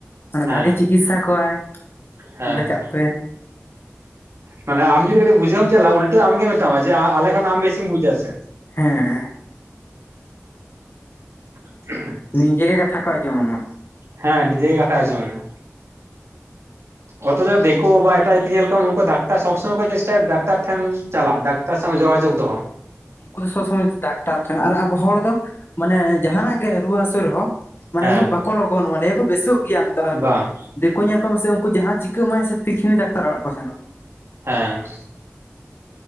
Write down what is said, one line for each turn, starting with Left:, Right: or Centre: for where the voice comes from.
Left: ᱢᱟᱱᱮ
Right: ᱦᱮᱸ
Left: ᱵᱷᱟᱜᱮ ᱪᱤᱠᱤᱛᱥᱟ ᱠᱚᱣᱟᱭ᱾
Right: ᱦᱮᱸ᱾
Left: ᱚᱸᱰᱮ ᱪᱟᱜ ᱯᱮ
Right: ᱢᱟᱱᱮ ᱟᱢ ᱡᱚᱫᱤ ᱠᱟᱹᱴᱤᱡ ᱵᱩᱡᱟᱹᱣ ᱮᱢ ᱪᱟᱞᱟᱜ-ᱟ᱾ ᱩᱞᱴᱟᱹ ᱟᱢ ᱜᱮ ᱢᱮᱛᱟᱢ ᱟᱭ ᱡᱮ ᱟᱞᱮ ᱠᱷᱚᱱ ᱟᱢ ᱵᱮᱥᱤᱢ ᱵᱩᱡᱟ ᱥᱮ᱾
Left: ᱦᱮᱸ, ᱦᱮᱸ᱾
Right: <inaudible>
Left: ᱱᱤᱡᱮ ᱜᱮ ᱠᱟᱛᱷᱟ ᱠᱚ ᱟᱸᱡᱚᱢ ᱟᱢᱟ᱾
Right: ᱦᱮᱸ ᱱᱤᱡᱮ ᱜᱮ ᱠᱟᱛᱷᱟᱭ ᱟᱸᱡᱚᱢ ᱟᱢᱟ᱾ ᱚᱛᱷᱚᱪᱚ ᱫᱤᱠᱳ ᱵᱟ ᱮᱴᱟᱜ ᱡᱟᱹᱛᱤ ᱧᱮᱞ ᱠᱚᱢ ᱩᱱᱠᱩ ᱰᱟᱠᱛᱟᱨ ᱥᱚᱵ ᱥᱚᱢᱚᱭ ᱠᱚ ᱪᱮᱥᱴᱟᱭ-ᱟ ᱰᱟᱠ ᱛᱟᱨ ᱴᱷᱮᱱ ᱪᱟᱞᱟᱜ ᱰᱟᱠᱛᱟᱨ ᱥᱟᱣ ᱡᱳᱜᱟ ᱡᱳᱜᱽ ᱫᱚᱦᱚ᱾
Left: ᱩᱱᱠᱩ ᱫᱚ ᱥᱚᱵ ᱥᱩᱢᱚᱭ ᱰᱟᱠᱛᱟᱨ ᱴᱷᱮᱱ ᱟᱨ ᱟᱵᱚ ᱦᱚᱲ ᱫᱚ ᱢᱟᱱᱮ ᱡᱟᱦᱟᱱᱟᱜ ᱜᱮ ᱨᱩᱣᱟᱹ ᱦᱟᱹᱥᱩ ᱨᱮᱦᱚᱸ, ᱢᱟᱱᱮ
Right: ᱦᱮᱸ
Left: ᱩᱱᱟᱹᱜ ᱵᱟᱠᱚ ᱞᱚᱜᱚᱱᱚᱜ-ᱟ ᱞᱤᱭᱟᱹ ᱠᱚ ᱵᱮᱥᱚᱜ ᱜᱮᱭᱟᱢ ᱛᱚ ᱟᱨ
Right: ᱵᱟᱝ
Left: ᱫᱤᱠᱩ ᱧᱮᱞ ᱠᱚᱢ ᱢᱮ ᱥᱮ ᱩᱱᱠᱩ ᱡᱟᱦᱟᱸ ᱪᱤᱠᱟᱹᱜ ᱢᱟᱭ ᱥᱮ ᱛᱤᱠᱷᱤᱱᱤ ᱫᱟᱠᱛᱟᱨ ᱚᱲᱟᱜ ᱠᱚ ᱥᱮᱱᱚᱜᱼᱟ᱾
Right: ᱦᱮᱸ᱾